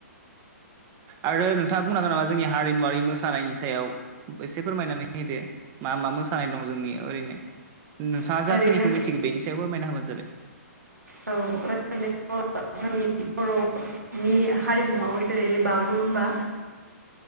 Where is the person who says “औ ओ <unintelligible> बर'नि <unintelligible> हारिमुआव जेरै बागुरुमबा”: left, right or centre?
Right